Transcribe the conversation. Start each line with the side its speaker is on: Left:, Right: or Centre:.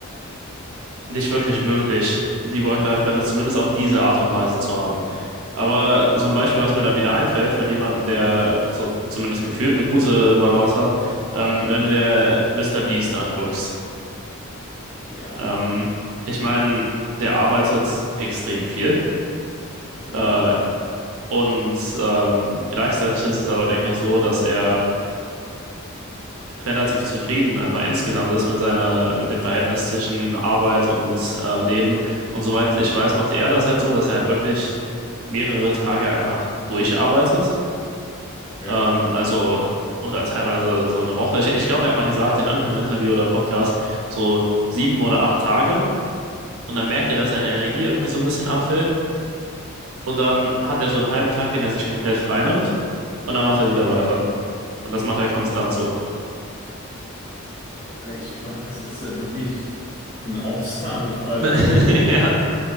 Right: nicht wirklich möglich, die Work-Life-Balance zumindest auf diese Art und Weise zu haben. Aber so ein Beispiel, was mir da wieder einfällt, von jemandem,
Left: Ja,
Right: der so zumindest gefühlt eine gute Balance hat, ähm, wenn du dir Mr. Beast anguckst.
Left: ja,
Right: Ähm, ich meine, der arbeitet extrem viel.
Left: ja,
Right: Äh,
Left: klar.
Right: und ähm, gleichzeitig ist es aber, denke ich, so, dass er relativ zufrieden einfach insgesamt ist mit seiner, mit dem Verhältnis zwischen Arbeit und äh, Leben. Und soweit ich weiß, macht er das halt so, dass er halt wirklich mehrere Tage einfach durcharbeitet.
Left: Okay.
Right: Ähm, also, oder teilweise so eine Woche. Ich, ich glaube, er hat mal gesagt in irgendeinem Interview oder Podcast, so sieben oder acht Tage. Und dann merkt er, dass seine Energie irgendwie so ein bisschen abfällt. Und dann hat er so einen halben Tag, den er sich komplett freinimmt. Und dann macht er wieder
Left: Mhm.
Right: weiter. Und das macht er konstant so.
Left: Weil ich glaube, das ist ja wirklich ein <laughs> Ausnahmefall.
Right: <laughs>
Left: Also,